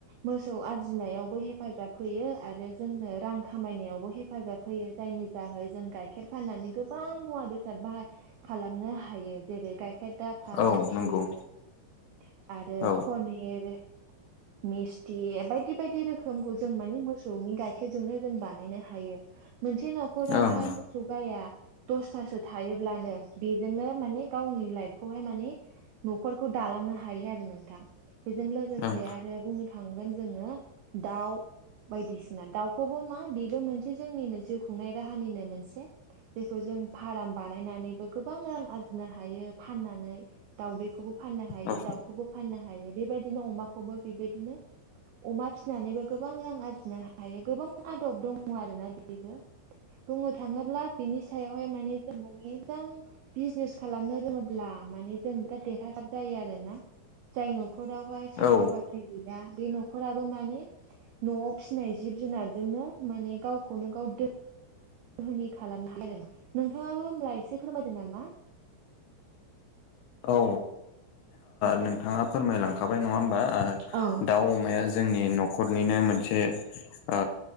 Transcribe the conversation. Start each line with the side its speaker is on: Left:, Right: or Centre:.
Right: मोसौ आरजिनायावबो हेफाजाब होयो। आरो जोंनो रां खामायनायावबो हेफाजाब होयो। जायनि दाहै जों गाय खेर फाननानै गोबां मुवा बेसाद बाहा खालामनो हायो। जेरै गाइखेर दाख खा
Left: औ नंगौ
Right: खिर आरो
Left: औ
Right: पनिर मिस्थि बायदि बायदि रोखोमखौ जों माने मोसौनि गाइखेरजोंनो जों बानायनो हायो। मोनसे न'खरावहाय
Left: ओं
Right: मो सौ गाया दसथासो थायोब्लानो बेजोंनो माने गावनि लाइफखौहाय माने न'खरखौ दालांनो हायो आरो नोंथां। बेजों लोगोसे
Left: ओं
Right: आरो बुंनो था थांगोन जोङो दाउ बायदिसिना दाउखौबो मा बेबो मोनसे जोंनिनो जिउ खुंनाय राहानिनो मोनसे जेखौ जों फाराम बानायनानैबो गोबां रां आरजिनो हायो फाननानै। दाउदैखौबो फाननो हायो।
Left: ओं
Right: दाउखौबो फाननो हायो। बेबायदिनो अमाखौबो बेबायदिनो अमा फिनानैबो गोबां रां आरजिनो हायो। गोबां आदब दङ आरो ना बेबो। बुंनो थाङोब्ला बिनि सायावहाय माने जों माने मोजां बिजिनेस खालामनो रोङोब्ला माने जों बिराद देरहासार जायो आरो ना। जाय न'खरावहाय साख्रि
Left: ओं
Right: बाख्रि गैया बे न'खराबो माने न'आव फिनाय जिब जुनारजोंनो माने गावखौनो गाव दो होनि खालामनो हायो आरो ना। नोंथाङाबो होमब्ला एसे फोरमायदो नामा।
Left: औ ओ
Right: औ
Left: नोंथाङा फोरमाय लांखाबाय नङा होमबा। ओ
Right: औ
Left: दाउ, अमाया जोंनि न'खरनिनो मोनसे ओ